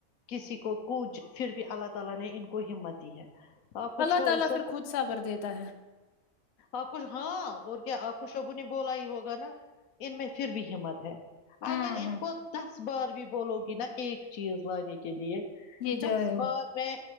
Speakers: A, on the left (about 85°); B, on the left (about 60°).
A: کسی کو کوچ پھر بھی اللہ تعالی نے ان کو ہمت دی ہے اور کچھ
B: اللہ
A: ہو
B: تعالی
A: ش
B: پھر خود سبر دیتا ہے
A: آپ کچھ ہاں اور کیا آپ کو شب نے بولا ہی ہوگا نا ان میں پھر بھی ہمت ہے
B: ہاں
A: اگر ان
B: ہاں
A: کو دس بار بھی بولو گی نا ایک چیز لانے کے لیے
B: یہ
A: دس
B: جو ہے
A: بار میں